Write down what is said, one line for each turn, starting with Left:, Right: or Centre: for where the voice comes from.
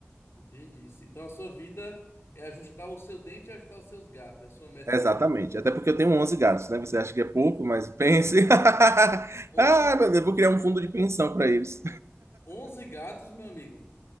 Left: Entendi isso. Então a sua vida é ajustar o seu dente e ajustar os seus gatos. É a sua meta
Right: Exatamente.
Left: do ano.
Right: Até porque eu tenho 11 gatos, né? Você acha que é pouco, mas pense. <laughs> Ah,
Left: 11,
Right: meu Deus, vou criar um fundo
Left: on-
Right: de pensão para eles.
Left: 11 gatos, meu amigo.